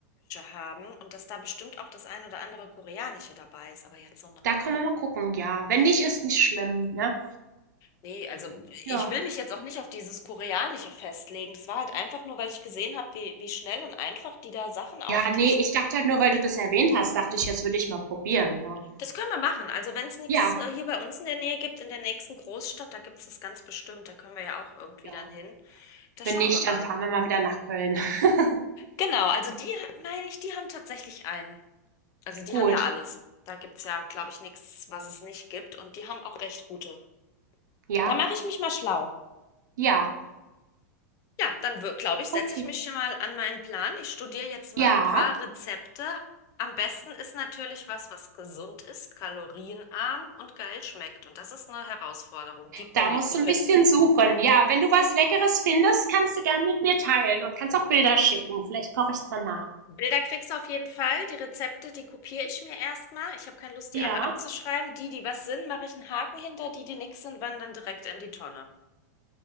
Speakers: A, on the left (about 35°); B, on the right (about 80°).
A: haben und dass da bestimmt auch das ein oder andere Koreanische dabei ist. Aber jetzt so ein rein.
B: da kann man mal gucken, ja. Wenn nicht, ist nicht schlimm, ne?
A: Nee, also
B: Ja.
A: ich will mich jetzt auch nicht auf dieses Koreanische festlegen. Das war halt einfach nur, weil ich gesehen habe, wie, wie schnell und einfach die da Sachen auftischen.
B: Ja, nee, ich dachte halt nur, weil du das erwähnt hast, dachte ich, jetzt würde ich mal probieren, ne?
A: Das können wir machen. Also wenn es nichts
B: Ja,
A: äh, hier bei uns in der Nähe gibt, in der nächsten Großstadt, da gibt es das ganz bestimmt. Da können wir ja auch irgendwie
B: ja.
A: dann hin. Da
B: Wenn
A: schauen
B: nicht,
A: wir mal.
B: dann fahren wir mal wieder nach Köln. <laughs>
A: Genau, also die, meine ich, die haben tatsächlich einen. Also die
B: Gut.
A: haben ja alles. Da gibt's ja, glaube ich, nichts, was es nicht gibt. Und die haben auch recht gute.
B: Ja.
A: Da mache ich mich mal schlau.
B: Ja.
A: Ja, dann glaube ich, setze
B: Okay.
A: ich mich hier mal an meinen Plan. Ich studiere jetzt mal
B: Ja.
A: ein paar Rezepte. Am besten ist natürlich was, was gesund ist, kalorienarm und geil schmeckt. Und das ist eine Herausforderung, die Kombi
B: Da musst
A: zu
B: du
A: finden.
B: ein bisschen suchen. Ja, wenn du was Leckeres findest, kannst du gern mit mir teilen und kannst auch Bilder schicken. Vielleicht koche ich's dann nach.
A: Bilder kriegst du auf jeden Fall. Die Rezepte, die kopiere ich mir erstmal. Ich habe keine Lust,
B: Ja?
A: die alle abzuschreiben. Die, die was sind, mache ich einen Haken hinter. Die, die nix sind, wandern direkt in die Tonne.